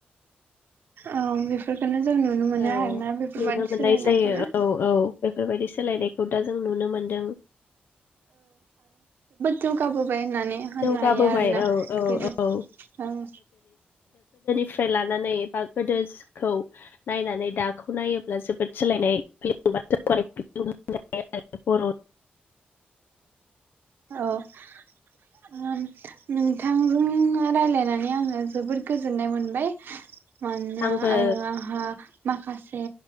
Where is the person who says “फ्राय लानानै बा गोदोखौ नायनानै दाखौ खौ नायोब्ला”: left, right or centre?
Left